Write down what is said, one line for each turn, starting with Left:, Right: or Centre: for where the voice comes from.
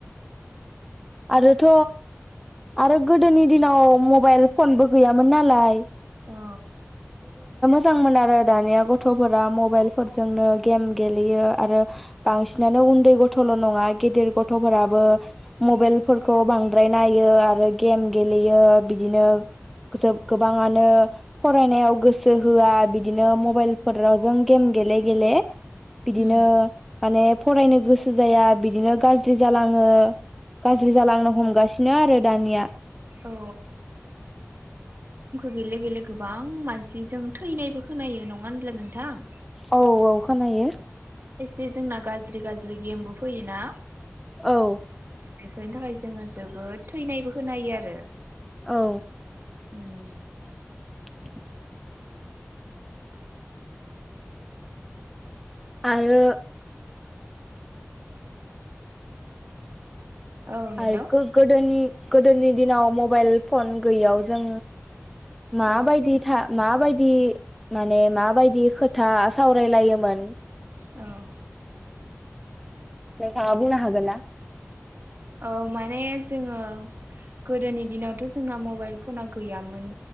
Centre: आरोथ आरो गोदोनि दिनाव मबायल फनबो गैयामोन नालाय
Right: औ
Centre: मोजां मोन आरो दानिया गथ'फोरा मबायलफोरजोंनो गेम गेलेयो आरो बांसिनानो उन्दै गथ'ल नंङा गिदिर गथफोराबो मबायलफोरखौ बांद्राय नायो आरो गेम गेलेयो बिदिनो जोब गोबांङानो फरायनायाव गोसो होआ बिदिनो मबायलफोराव जों गेम गेले-गेले बिदिनो
Right: उम
Centre: माने फरायनो गोसो जाया बिदिनो गाज्रि जालांङो। गाज्रि जालांनो हमगासिनो आरो दानिया
Right: औ गेले-गेले गोबां मानसि जों थैनायबो खोनायो नंङा होनब्ला नों थां
Centre: औ औ खोनायो
Right: से जोंना गाज्रि-गाज्रि गेमबो फैयोना
Centre: औ
Right: बेफोरनि थाखाय जोंङो जोबोद थैनायबो खोनायो आरो।
Centre: औ
Right: अम
Centre: <inaudible> आरो
Right: औ हेलौ
Centre: आरो गो गोदोनि गोदोनि दिनाव मबायल फन गैयाव जों माबायदि
Right: औ
Centre: था माबायदि माने माबायदि खोथा सावरायलायोमोन
Right: औ
Centre: नोंथाङा बुंनो हागोन ना
Right: औ माने जोङो गोदोनि दिनावथ जोंना मबाइल फना गैयामोन